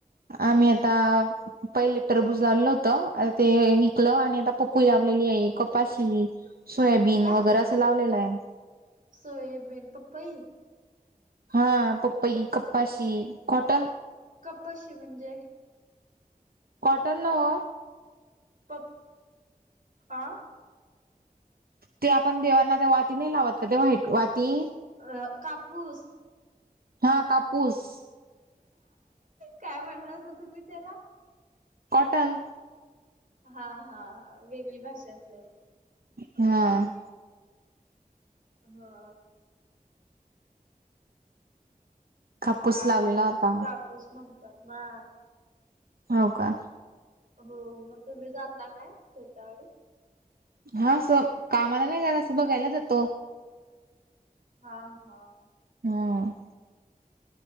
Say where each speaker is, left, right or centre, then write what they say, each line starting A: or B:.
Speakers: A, on the right; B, on the right.
A: आम्ही आता- पहिले टरबुज लावलेलं होतं. ते विकलं आणि आता पपई लावलेली आहे. कपाशि- सोयाबीन
B: काय
A: वगैरे असं लावलेलं आहे.
B: सोयाबीन, पपई?
A: हा. पप्पई, कप्पाशी, कॉटन.
B: कपाशी म्हणजे?
A: कॉटन ना ओ.
B: पप आ?
A: ते आपण देवांना त्या वाती नाही लावत का? ते व्हाईट वाती.
B: अ कापूस.
A: हां. कापूस.
B: काय म्हणलासा तुम्ही त्याला?
A: कॉटन.
B: हा हा. वेगळी भाषा असल.
A: हां.
B: हा.
A: कापूस
B: आमच्याकडं
A: लावलेला होता
B: कापूस म्हणतात ना.
A: हो का?
B: हो. म तुम्ही जाता काय शेताकडे?
A: हं. अस कामाला नाही जातं. अस बघायला जातो.
B: हां हां.
A: हां.